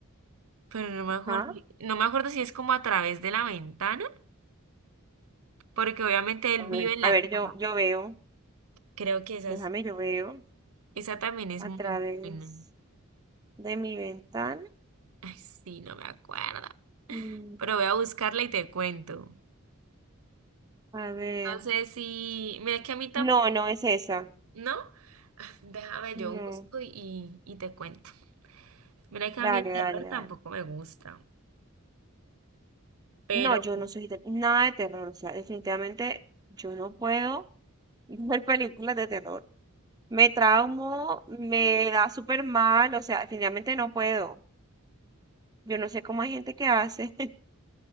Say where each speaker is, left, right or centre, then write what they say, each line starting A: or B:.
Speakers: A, on the right; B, on the right.
A: pero no me acuerdo,
B: Ajá.
A: no me acuerdo si es como a través de la ventana, porque obviamente él
B: A
A: vive
B: ver,
A: en la
B: a ver,
A: casa.
B: yo, yo veo.
A: Creo que esa,
B: Déjame,
A: es-
B: yo veo
A: esa también es
B: a
A: muy
B: través
A: buena.
B: de mi ventana.
A: Ay, sí, no me acuerdo,
B: Mm,
A: pero voy a buscarla y te cuento.
B: A ver.
A: No sé si, mira que a mí tampoco.
B: No, no es esa.
A: ¿No? Ah, Déjame,
B: No.
A: yo busco y, y te cuento. Mira que
B: Dale,
A: a mí el
B: dale,
A: terror
B: dale.
A: tampoco me gusta, pero
B: No, yo no soy de- nada de terror. O sea, definitivamente yo no puedo <laughs> ver películas de terror. Me traumo, me da súper mal. O sea, definitivamente no puedo. Yo no sé cómo hay gente que hace <laughs>